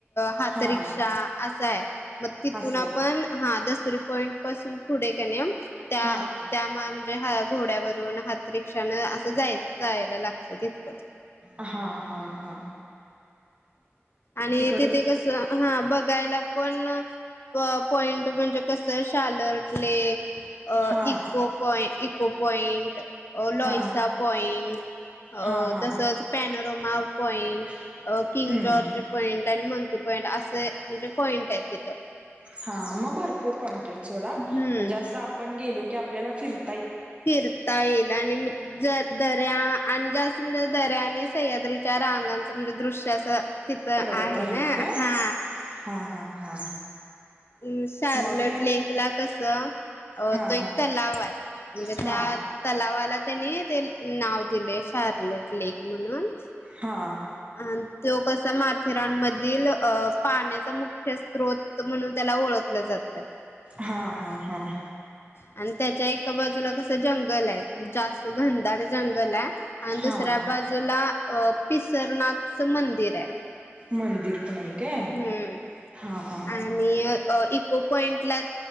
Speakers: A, on the left; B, on the right.
A: हातरिक्षा
B: हा
A: असा आहे मग तिथून
B: असं
A: आपण
B: आहे की
A: हा दसरी पॉईंट पासून पुढे करणे त्या
B: हा
A: त्या म्हणजे घोड्यावरून हातिक् जायला लागतं तथकड
B: हा हा हा
A: आणि
B: तिकडच
A: तिथे कस हा बघायला पण पॉइंट म्हणजे कसं शालट लेक
B: हा
A: इको पॉईंट इको पॉइंट लईसा
B: हा
A: पॉइंट अ
B: हा हा
A: तसच पॅनोरोमा पॉइंट
B: हम्म
A: किंग जॉर्ज पॉईंट आणि मंकी पॉईंट असे म्हणजे पॉईंट आहे तिथं
B: हा मग भरपूर पॉइंटेड चोड म्हणजे
A: हम्म
B: असं आपण गेलो की आपल्याला फिरतो
A: फिरता येईल आणि ज दर्या आणि जास्त म्हणजे दर्या आणि सह्याद्रीच्या रांगांच म्हणजे दृश्य अस तिथ आहे
B: पर्वत आहेत
A: ना
B: काय
A: हा
B: हा हा हा
A: अ् शार्लट
B: मग काय
A: लेक ला कस तो
B: हा
A: एक तलाव आहे म्हणजे
B: हा
A: त्या तलावाला त्यानी ते नाव दिले शारलोट लेक म्हणून
B: हा
A: अ तो कसा माथेरानमधील अ पाण्याचा मुख्य स््रोत म्हणून त्याला ओळखलं जातय
B: हां हां हां
A: आणि त्याच्या एका बाजूला कस जंगल आहे जास्त घनदार जंगल आहे आणि दुसऱ्या
B: हा
A: बा बाजूला पिसरनाथच मंदिर आहे
B: मंदिर पण आहे काय
A: हम्म
B: हा हा
A: आणि इको पॉइंटला